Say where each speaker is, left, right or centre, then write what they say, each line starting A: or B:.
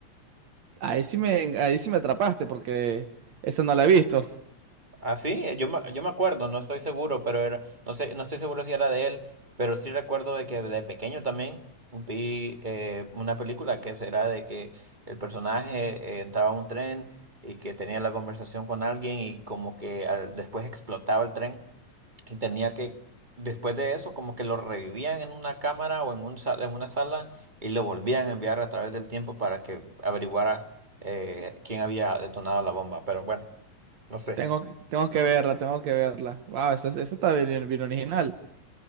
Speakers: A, on the right; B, on the right.
A: Ahí sí me, ahí sí me atrapaste porque eso no lo he visto.
B: Ah, sí, eh, yo me, yo me acuerdo, no estoy seguro, pero era, no sé, no estoy seguro si era de él, pero sí recuerdo de que de pequeño también vi eh, una película que será de que el personaje eh, entraba a un tren y que tenía la conversación con alguien y como que al- después explotaba el tren y tenía que, después de eso, como que lo revivían en una cámara o en un sa- en una sala y lo volvían a enviar a través del tiempo para que averiguara eh, quién había detonado la bomba, pero bueno, no sé.
A: Tengo, tengo que verla, tengo que verla. Wow, esa, esa está bien, bien original.